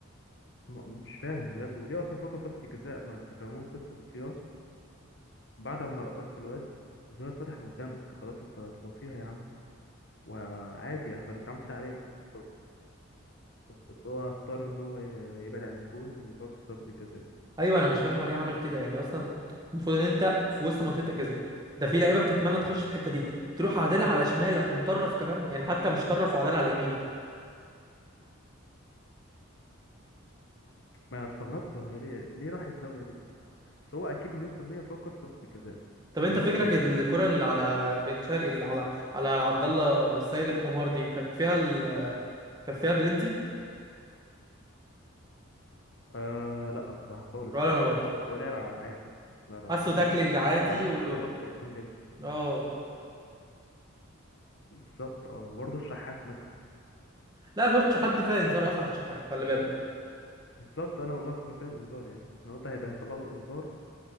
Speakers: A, on the left; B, on the right.
A: م- مش فاهم بجد وليه اصلا فكر ضربة الجزاء ما انت كان ممكن تبصيها بعد ما رقصت الواد الزاوية اتفتحت قدامك خلاص انت هتبصيها يا عم وعادي يعني كان انت عملت اللي عليك خلاص. بس هو اختار ان هو ي- يبعد عن الجون ويفكر في ضربة الجزاء
B: ايوه انا مش فاهم هو ليه عمل كده يعني اصلا المفروض ان انت في وسط منطقه الجزاء ده في لعيبه بتتمنى تخش الحته دي تروح عادله على شمالك ومطرف كمان يعني حتى مش طرف وعادله على يمينه
A: ما أنا استغربت وانا ليه, ليه راح الزاوية دي بس هو اكيد مليون في المية فكر في ضربة الجزاء
B: طب انت
A: مليون
B: فكرك
A: في المية
B: الكره اللي على بن شرقي اللي على على عبد الله السيد الحمار دي كانت فيها ال... كانت فيها بلنتي
A: آه لا بصراحة خالص
B: ولا
A: يعني
B: انا برضه
A: هو لعب عادي لا لا
B: حاسه
A: ما فيهاش
B: تاكلينج
A: أي حاجة
B: عادي
A: يعني أنا حتى
B: ولو
A: استغربت واقفين ليه
B: اه
A: بالظبط اه وبرضه الشحات مثل
B: لا غيرتش حد فاهم صار اصلا على الشحات خلي بالك
A: بالظبط انا والله كنت مستني الانذار يعني انا قلت هيدا هيطلع له انذار